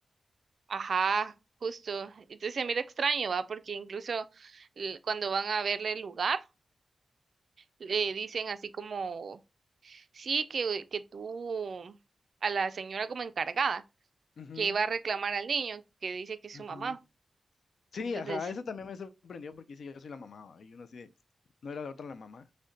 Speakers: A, on the right (about 50°); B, on the left (about 85°).
A: Ajá, justo. Entonces se mira extraño, ¿va? Porque incluso eh, cuando van a verle el lugar, le dicen así como, sí, que, que tú, a la señora como encargada,
B: Ujú,
A: que iba a reclamar al niño, que dice que es
B: ujú.
A: su mamá.
B: Sí,
A: Entonces,
B: ajá, eso también me sorprendió porque sí, yo soy la mamá, ¿va? y uno así de, no era la otra la mamá.